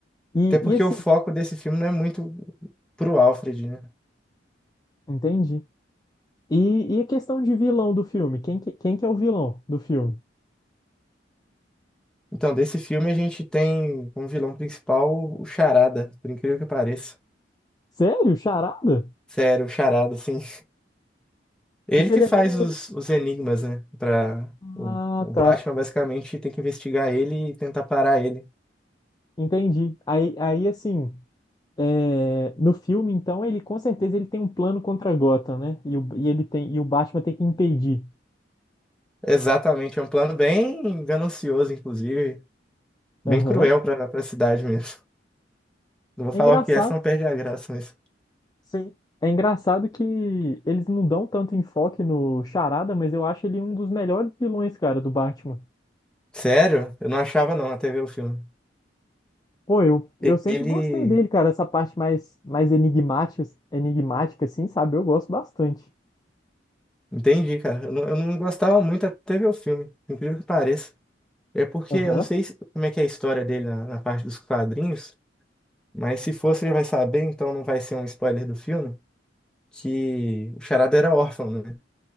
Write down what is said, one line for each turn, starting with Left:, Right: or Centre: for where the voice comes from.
Left: E,
Centre: Até porque
Left: e assim,
Centre: o foco desse filme não é muito pro Alfred, né?
Left: entendi. E, e a questão de vilão do filme? Quem que, quem que é o vilão do filme?
Centre: Então, desse filme a gente tem como vilão principal o Charada, por incrível que pareça.
Left: Sério? Charada?
Centre: Sério, o Charada, assim. Ele
Left: Porque
Centre: que
Left: ele
Centre: faz
Left: é meio.
Centre: os, os enigmas, né? Pra, o,
Left: Ah,
Centre: o
Left: tá.
Centre: Batman basicamente tem que investigar ele e tentar parar ele.
Left: Entendi. Aí, aí assim. é, no filme, então, ele com certeza ele tem um plano contra Gotham, né? E o, e ele tem, e o Batman tem que impedir.
Centre: Exatamente, é um plano bem ganancioso, inclusive. Bem
Left: Aham.
Centre: cruel pra, pra cidade mesmo. <laughs> Não vou
Left: É
Centre: falar
Left: engraçado,
Centre: o que é, senão perde a graça, mas.
Left: sim. É engraçado que eles não dão tanto enfoque no Charada, mas eu acho ele um dos melhores vilões, cara, do Batman.
Centre: Sério? Eu não achava não na até ver o filme.
Left: Pô, eu, eu
Centre: E-
Left: sempre
Centre: Ele.
Left: gostei dele, cara, essa parte mais, mais enigmática, enigmática, assim, sabe? Eu gosto bastante.
Centre: Entendi, cara. Eu não, eu não gostava muito até ver o filme, por incrível que pareça. É porque
Left: Aham.
Centre: eu não sei se- como é que é a história dele na, na parte dos quadrinhos, mas se for, você já vai saber, então não vai ser um spoiler do filme. que o Charada era órfão, né?